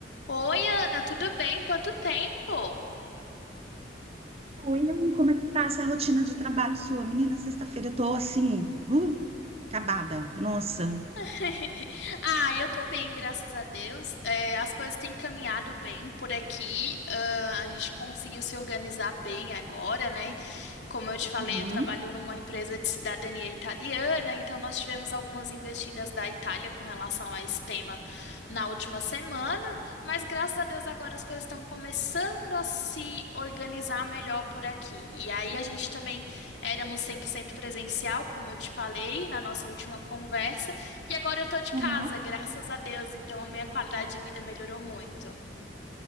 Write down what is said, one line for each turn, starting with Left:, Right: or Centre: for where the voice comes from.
Left: Oi, Ana, tudo bem? Quanto tempo?
Right: Oi, Ami, como é que tá essa rotina de trabalho sua? Menina, sexta-feira eu tô assim, uh, acabada, nossa.
Left: <laughs> Ah, eu tô bem, graças a Deus. É, as coisas têm caminhado bem por aqui. Ah, a gente conseguiu se organizar bem agora, né? Como eu te falei,
Right: Uhum,
Left: eu trabalho numa empresa de cidadania italiana, então nós tivemos algumas investidas da Itália com relação a esse tema na última semana, mas graças a Deus agora as coisas estão começando a se organizar melhor por aqui. E aí a gente também éramos 100% presencial, como eu te falei na nossa última conversa, e agora eu tô de
Right: uhum.
Left: casa, graças a Deus, então a minha qualidade de vida melhorou muito.